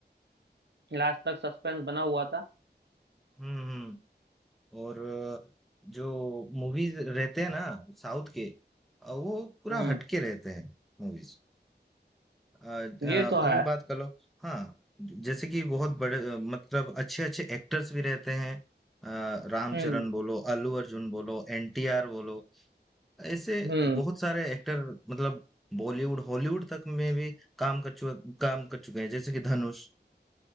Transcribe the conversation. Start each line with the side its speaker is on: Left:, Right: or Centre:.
Right: लास्ट तक सस्पेंस बना हुआ था
Centre: हम्म हम्म और अ, जो मूवीज रहते हैं ना साउथ के अ, वो पूरा
Right: हम्म
Centre: हटके रहते हैं मूवीज अ,
Right: ये
Centre: अ,
Right: तो है
Centre: ये बात कर लो हाँ जैसे कि बहुत बड़े अ, मतलब अच्छे अच्छे एक्टर्स भी रहते हैं अ, रामचरण
Right: हम्म
Centre: बोलो अल्लू अर्जुन बोलो एनटीआर बोलो ऐसे
Right: हम्म
Centre: बहुत सारे एक्टर मतलब बॉलीवुड हॉलीवुड तक में भी काम कर चुके काम कर चुके हैं जैसे कि धनुष